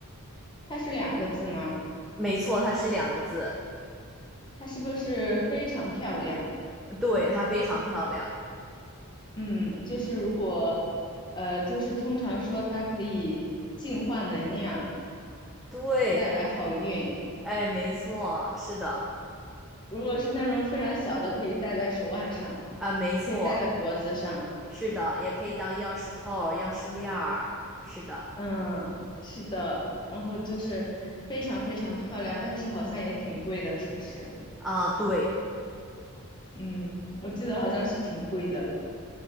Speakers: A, on the left (about 20°); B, in the centre.
A: 它是两个字吗？
B: 没错，它是两个字，
A: 它是不是非常漂亮？
B: 对，它非常漂亮。
A: 嗯，就是如果，呃，就是通常说它可以净化能量，
B: 对，
A: 带来好运。
B: 哎，没错，是的，
A: 如果是那种非常小的，可以戴在手腕上，
B: 啊，没错，
A: 也可以戴在脖子上。
B: 是的，也可以当钥匙扣儿钥匙链儿，是的，
A: 嗯，是的。然后就是非常非常漂亮，但是好像也挺贵的，是不是？
B: 啊，对，
A: 嗯，我记得好像是挺贵的，